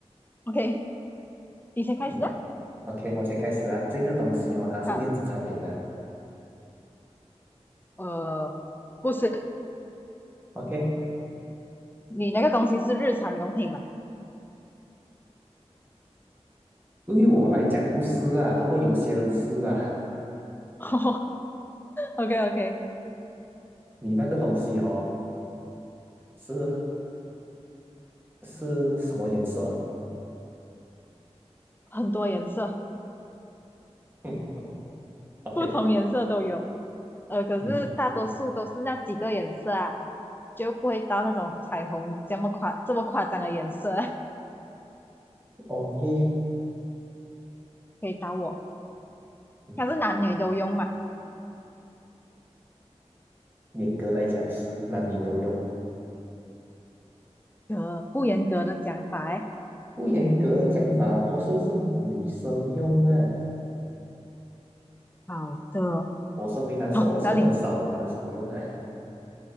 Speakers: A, on the left; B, on the right.
A: ？OK，你先开始啊。
B: 嗯，OK，我先开始啊。这个东西哦，它是电子产品嘛。
A: 好，呃，不是，
B: OK，
A: 你那个东西是日常用品嘛
B: 对于我来讲不是啊，不过有些人是啊。
A: <laughs>？OK OK，
B: 你那个东西哦，是是什么颜色？
A: 很多颜色，
B: 嗯，OK，
A: 不同颜色都有，呃，可是大多数都是那几个颜色啊，
B: 嗯
A: 就不会到那种彩虹这么夸这么夸张的颜色啊
B: ，OK。
A: 可以到我。
B: 嗯
A: 它是男女都用嘛？
B: 严格来讲是男女都用，
A: 呃，不严格的讲法哎。
B: 不严格的讲法，多数是女生用啊。
A: 好的，
B: 我身为男生，
A: 好，
B: 我是很少很少用啊，
A: 到你。